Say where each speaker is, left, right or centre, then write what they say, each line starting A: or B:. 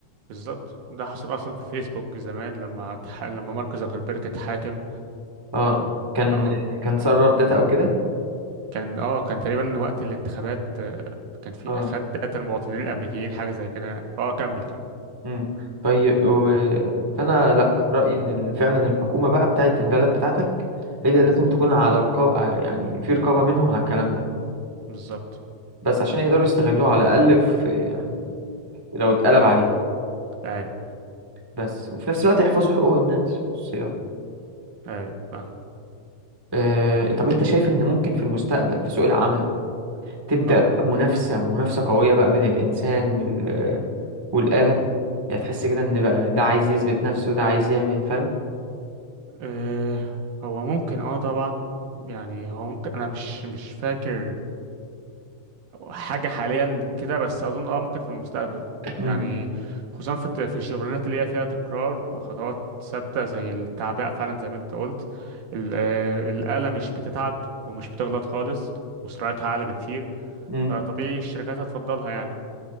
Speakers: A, on the right; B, on the right.
A: بالظبط ده حصل اصلا في فيسبوك زمان لما تح... لما مارك زوكربيرج اتحاكم
B: اه كان
A: اه
B: كان سرب داتا او كده
A: كان اه كان تقريبا وقت الانتخابات آه، كان في
B: اه
A: خد داتا المواطنين الامريكيين حاجه زي كده يعني فاه كمل كمل
B: مم. طيب و... فانا لا رايي ان ال- فعلا الحكومه بقى بتاعه البلد بتاعتك هي
A: امم
B: اللي لازم تكون على رقابه يعني في رقابه منهم على الكلام ده
A: بالظبط
B: بس عشان يقدروا يستغلوه على الاقل في يعني لو اتقلب عليهم
A: ايوه
B: بس وفي نفس الوقت يحفظوا حقوق الناس وخصوصياتهم
A: ايوه فاهم.
B: آه... طب انت شايف ان ممكن في المستقبل في سوق العمل تبدا
A: اه
B: بقى منافسه منافسه قويه بقى بين الانسان وال... والاله يعني تحس كده ان بقى ده عايز يثبت نفسه ده عايز يعمل فاهم
A: آه، هو ممكن اه طبعا يعني هو ممكن انا مش مش فاكر حاجة حاليا كده بس أظن اه ممكن في المستقبل
B: مم.
A: يعني خصوصا في الت- في الشغلانات اللي هي فيها تكرار وخطوات ثابتة زي التعبئة فعلا زي ما انت قلت ال- آه، الآلة مش بتتعب ومش بتغلط خالص وسرعتها أعلى بكتير
B: مم.
A: فطبيعي الشركات هتفضلها يعني